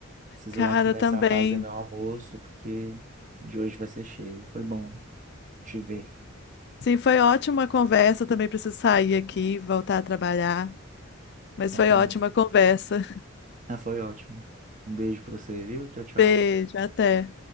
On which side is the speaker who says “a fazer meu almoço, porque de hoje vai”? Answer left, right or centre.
Right